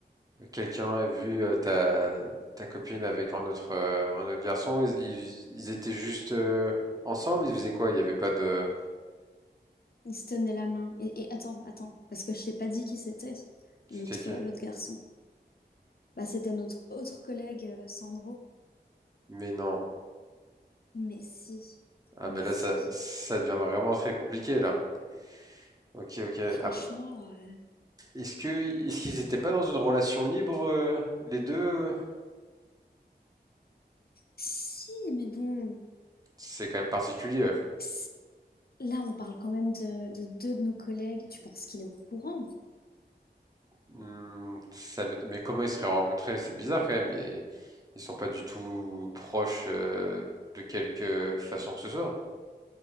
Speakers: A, on the right; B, on the left.
A: quelqu'un a vu euh, ta, ta copine avec un autre, euh, un autre garçon. Ils, ils- ils étaient juste euh, ensemble, ils faisaient quoi? Il n'y avait pas de.
B: Il se tenait la main. Et, et attends, attends, parce que je t'ai pas dit qui c'était,
A: C'était
B: l'autre,
A: qui?
B: l'autre garçon. Bah, c'était notre autre collègue, euh, Sandro.
A: Mais non.
B: Mais si,
A: Ah,
B: mais
A: mais là,
B: si.
A: ça, ça devient vraiment très compliqué, là. Ok, ok.
B: Franchement,
A: Après,
B: euh,
A: est-ce que, est-ce qu'ils étaient pas dans une relation libre, euh, les deux?
B: si, mais bon,
A: C'est quand même particulier. euh.
B: c- là, on parle quand même de, de deux de nos collègues. Tu penses qu'il est au courant?
A: Hmm, ça m'éton- mais comment ils se seraient rencontrés? C'est bizarre quand même. Ils, ils sont pas du tout proches euh, de quelque façon que ce soit.